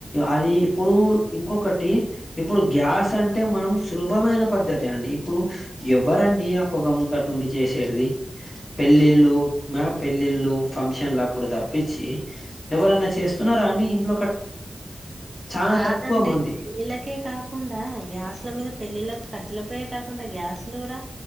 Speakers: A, on the left (about 40°); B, on the right (about 30°).
A: అది ఇప్పుడు ఇంకొకటి ఇప్పుడు గ్యాస్ అంటే మనం సులభమైన పద్ధతి అండి ఇప్పుడు ఎవరండి ఆ పొగ ముందటుండి చేసేది పెళ్లిళ్ళు ల్లుఫంక్షన్లు అప్పుడు తప్పించి ఎవరన్న చేస్తున్నారా అండి ఇంట్లో కట్టల పోయీ మీద, చాలా
B: కాదండి
A: తక్కువ మంది
B: వీళ్ళకే కాకుండా గ్యాస్ల మీద పెళ్ళిలోకి కట్టెల పోయే కాకుండా గ్యాస్ లు కూడా